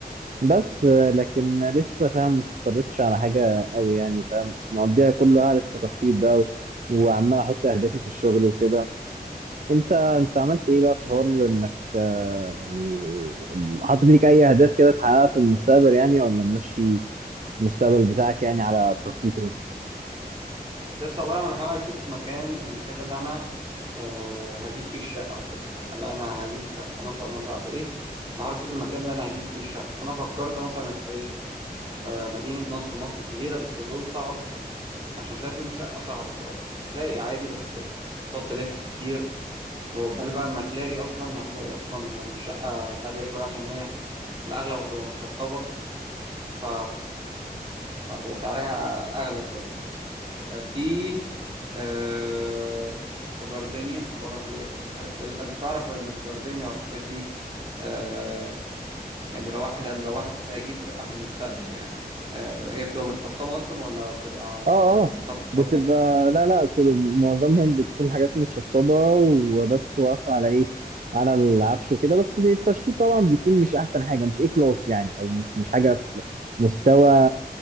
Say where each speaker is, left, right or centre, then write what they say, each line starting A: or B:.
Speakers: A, on the right (about 55°); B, on the right (about 30°).
A: بس لكن لسه فاهم ما استقرتش على حاجه قوي يعني فاهم مقضيها كلها لسه تخطيط بقى و- وعمال احط اهدافي في الشغل وكده انت انت عملت ايه بقى في حوار انك آه، يعني حاطط لك اي اهداف كده تحققها في المستقبل يعني ولا ماشي المستقبل بتاعك يعني على التخطيط ايه
B: لسه والله انا بحاول اشوف مكان المكان ده اللي انا أه هجيب فيه الشقه وكده يعني اللي انا هجيب شقه مثلا مش عارف ايه بحاول اشوف المكان اللي انا هجيب فيه الشقه فانا فكرت مثلا في ايه في مدينه نصر مصر الجديده بس دول صعب عشان تلاقي فيهم شقة صعب شوية هتلاقي عادي بس تقعد تلف كتير وقبل بقى ما تلاقي أصلا هتلاقي أصلا يعني الشقة غالية شوية عشان هي الأغلب هتبقى متشطبة ف... فهتبقى سعرها أغلى شوية آه، في آه، في جاردينيا برضه لقيت حاجات كويسة أنت تعرف إن في جاردينيا والحاجات دي آه، يعني لو واحد لو واحد هيجيب شقة في المستقبل يعني آه، هي بتبقى متشطبة أصلا ولا بتبقى
A: اه اه
B: لسه هتتشطب
A: بتبقى لا لا كل معظمهم بتكون حاجات متشطبة وبس واقفة على ايه على العفش وكده بس التشطيب طبعا بيكون مش احسن حاجة مش ايه كلاس يعني او مش مش حاجة في مستوى